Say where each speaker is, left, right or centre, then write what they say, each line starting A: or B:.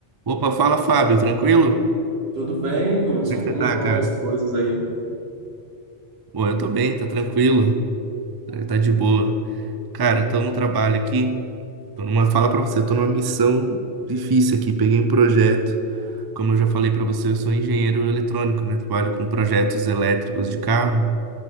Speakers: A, on the right (about 40°); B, on the right (about 60°).
A: Opa, fala Fábio, tranquilo?
B: Tudo bem, Hudson?
A: Como é que você
B: Como
A: tá,
B: vão
A: cara?
B: as coisas aí?
A: Bom, eu tô bem, tá tranquilo, tá tá de boa. Cara, eu tô no trabalho aqui, tô numa, fala pra você, eu tô numa missão difícil aqui, peguei um projeto, como eu já falei pra você, eu sou engenheiro eletrônico, né? Trabalho com projetos elétricos de carro.